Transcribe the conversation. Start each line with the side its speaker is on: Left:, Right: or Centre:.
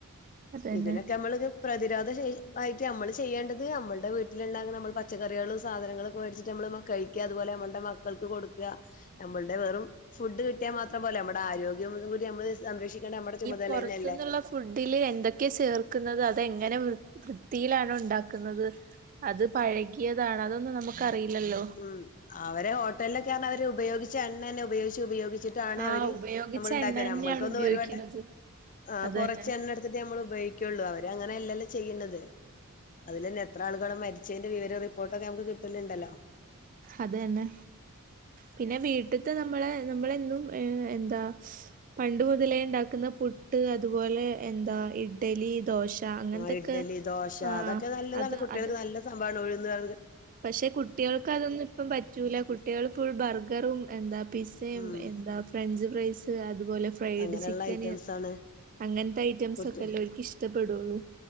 Right: അതന്നെ
Left: ഇതിനൊക്കെ നമ്മള് ഒരു പ്രതിരോധ ശേഷി ആയിട്ട് നമ്മള് ചെയ്യേണ്ടത് നമ്മള്ടെ വീട്ടില്ളേ നമ്മൾ പച്ചക്കറികള് സാധനങ്ങളൊക്കെ മേടിച്ചിട്ട് നമ്മളെ മ കഴിക്യാ അതുപോലെ നമ്മളടെ മക്കൾക്ക് കൊടുക്കാ. നമ്മളുടെ വെറും ഫുഡ് കിട്ടിയാ മാത്രം പോലെ നമ്മുടെ ആരോഗ്യം കൂടി നമ്മള് സംരക്ഷിക്കേണ്ട നമ്മുടെ. ചുമതല
Right: പോറത്ത്ന്ന്ൾ
Left: തന്നെയല്ലേ
Right: ള ഫുഡില് എന്തൊക്കെ ചേർക്കുന്നത് അതെങ്ങനെ വൃ വൃത്തിയിലാണ് ഉണ്ടാക്കുന്നത്. അത് പഴകിയതാണ് അതൊന്നും നമുക്കറിയില്ലല്ലോ.
Left: ഉ അവരെ ഹോട്ടൽ ലൊക്കെ അവര് ഉപയോഗിച്ച് എണ്ണന്നെ ഉപയോഗിച്ച് ഉപയോഗി ച്ചിട്ടാണ്
Right: ആഹ്
Left: അവര്
Right: ഉപയോഗിച്ച
Left: നമ്മൾ ഇണ്ടാക്ക
Right: എണ്ണ തന്നെയാണ്
Left: നമ്മക്കൊന്നു
Right: ഉപയോഗിക്കുന്നത്
Left: ഒരു വട്ട ആ
Right: അത്
Left: കൊറച്ചന്നെ
Right: തന്നെ
Left: ഇ ത്തിട്ട് നമ്മള് ഉപയോഗുള്ളൂ അവരങ്ങനെയല്ലല്ലോ ചെയ്യുന്നത് അതിൽ തന്നെ എത്ര ആള്കള മരി ച്ചേന്റെ വിവര റിപ്പോട്ടക്കെ നമുക്ക് കിട്ടലുണ്ടല്ലോ.
Right: അത് ന്നെ പിന്നെ വീട്ടത്ത് നമ്മളെ നമ്മളന്നും ഏ എന്താ. പണ്ട് മുതലേ ഇണ്ടാക്കുന്ന പുട്ട് അതുപോലെ എന്താ ഇഡ്ഡലി ദോശ അങ്ങനത്തൊക്കെ
Left: ആഹ് ഇഡലി, ദോശ
Right: ആഹ്
Left: അതൊക്കെ നല്ലതാണ്.
Right: അത്
Left: കുട്ടികൾക്ക്
Right: അത്
Left: നല്ല സംഭവാണ് ഉഴ്ന്ന് അത്
Right: പക്ഷെ കുട്ടിൾക്ക് അതൊന്നും ഇപ്പം പറ്റൂല. കുട്ട്യേൾ ഫുൾ ബർഗറും എന്താ പിസ്സയും
Left: ഉം
Right: എന്താ.... ഫ്രഞ്ച് ഫ്രൈസ്, അതുപോലെ ഫ്രൈഡ്
Left: അങ്ങനെയുള്ള
Right: ചിക്കന്
Left: ഐറ്റംസ് ആണ്
Right: അങ്ങൻത്തെ ഐറ്റംസ്
Left: കുട്ടി
Right: ഒക്കെ അല്ലെ ഒൽക്ക് ഇഷ് ടപ്പെടൊള്ളു.